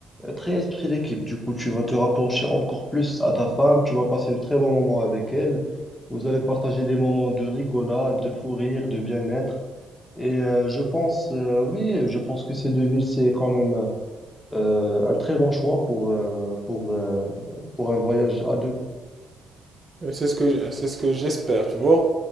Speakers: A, on the left (about 15°); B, on the right (about 30°).
A: Très esprit d'équipe, du coup, tu vas te rapprocher encore plus à ta femme, tu vas passer de très bons moments avec elle, vous allez partager des moments de rigolade, de fou rire, de bien-être. Et euh, je pense, euh, oui, je pense que ces deux villes, c'est quand même euh, un très bon choix pour, euh, pour, euh, pour un voyage à deux.
B: Euh, C'est ce que j- c'est ce que j'espère, tu vois.